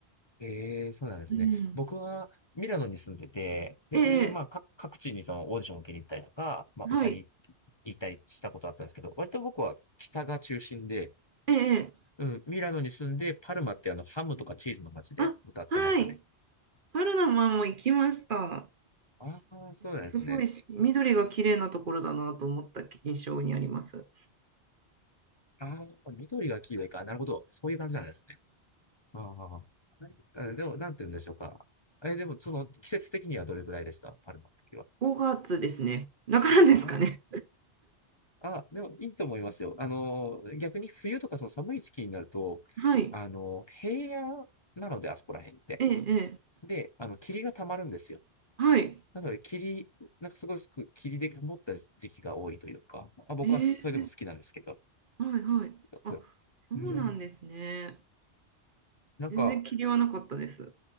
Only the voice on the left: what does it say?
ええ、そうなんですね。
僕はミラノに住んでて、で、
それでまあ、か各地にそのオーディションを受けに行ったりとか、まあ、
歌に行ったりしたことあったんですけど、割と僕は北が中心で、
うん、ミラノに住んで、パルマってあの、ハムとかチーズの街で歌ってましたね。
ああ、そうなんですね。
ああ、緑が黄色いか。なるほど。そういう感じなんですね。ああ、うんでも、なんて言うんでしょうか。え、でも、その、季節的にはどれぐらいでしたパルマの時は。
ああ。あ、でもいいと思いますよ。あの、逆に冬とかその寒い時期になると、
あの、平野なので、あそこら辺って。
で、あの、霧が溜まるんですよ。
なので、霧、なんかすごいすく霧で曇った時期が多いというか、あ、僕はそれでも好きなんですけど、
すごく。
うん。なんか、